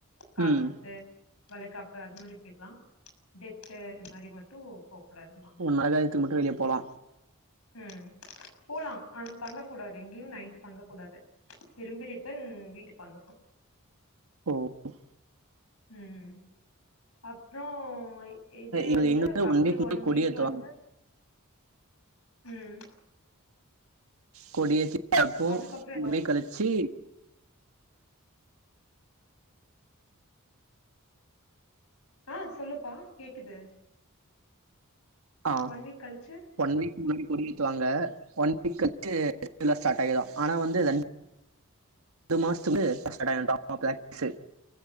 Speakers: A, on the left; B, on the right.
A: காது
B: ம்
A: குத்து வளைகாப்பு அது மாரி போயக்கலா டெத்து இது மாரி மட்டு போ கூடாதும்பாங்க
B: உ மதியத்துக்கு மட்டும் வெளிய போலா
A: ம்ஹ் போலா ங்க கூடாதே இங்கியு நைட்டு தங்க கூடாது திரும்பி ரிட்டன் வீட்டுக் வந்துர்னு
B: ஓஹ்
A: ம் அப்புறோ எ இதே
B: எங்க
A: வந்து
B: எங்க
A: அப்டே
B: வீக் முன்னாடி
A: ஒன்
B: கொடியேத்துவாங்க
A: வீக் வந்து உம்
B: கொடியேத்தி அப்போ
A: அதுக்கப்றோ ஏதாவது
B: பிரேக் கழிச்சி
A: ஆஹ் சொல்லுப்பா கேக்குது
B: ஆஹ்
A: ஒன் வீக் கழிச்சு
B: ஒன் வீக் முன்னாடி முடிஜிச்சி வாங்கே ஒன் வீக் கழிச்சீ எல்லா ஸ்டாட்டாயிரு ஆனா வந்து அன்ஜி மாஸ்துகு நெக்ஸ்ட் ஸ்டாட்டாயிருன்டா மாப்லெக் சேர்